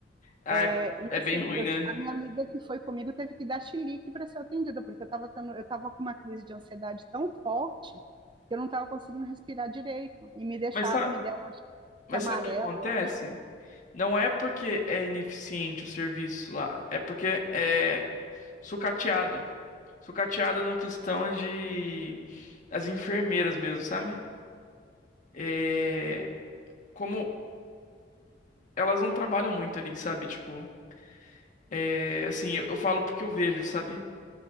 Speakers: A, on the left; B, on the right.
A: Ah,
B: É,
A: é,
B: e
A: é bem
B: assim,
A: ruim,
B: eu,
A: né?
B: a minha amiga que foi comigo teve que dar chilique para ser atendida, porque eu estava tendo, eu tava com uma crise de ansiedade tão forte que eu não estava conseguindo respirar direito. E me deixaram,
A: Mas sabe,
B: me deram, acho
A: mas
B: que amarelo,
A: sabe o que acontece?
B: eu acho.
A: Não é porque é ineficiente o serviço lá, é porque é sucateado. Sucateado na questão de as enfermeiras mesmo, sabe? É, como elas não trabalham muito ali, sabe? Tipo. É, assim, eu, eu falo porque eu vejo, sabe?